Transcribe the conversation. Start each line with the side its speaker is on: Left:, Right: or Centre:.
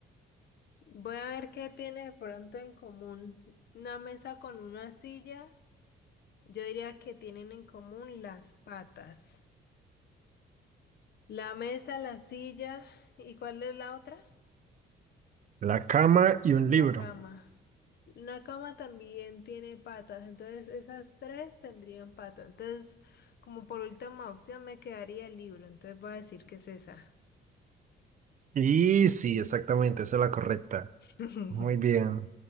Left: voy a ver qué tiene de pronto en común. Una mesa con una silla, yo diría que tienen en común las patas. La mesa, la silla, ¿y cuál es la otra?
Right: La cama y un
Left: La
Right: libro.
Left: cama. Una cama también tiene patas, entonces esas tres tendrían patas. Entonces, como por última opción, me quedaría el libro, entonces voy a decir que es esa.
Right: Y sí, exactamente, esa es la correcta.
Left: <laughs>
Right: Muy bien.